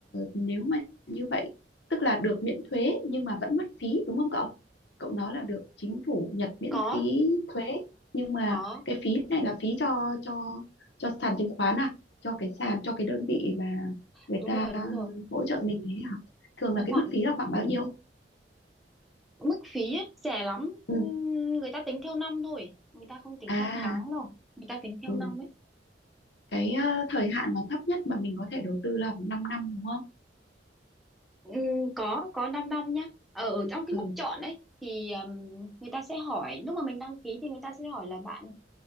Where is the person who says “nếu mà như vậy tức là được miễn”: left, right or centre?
Left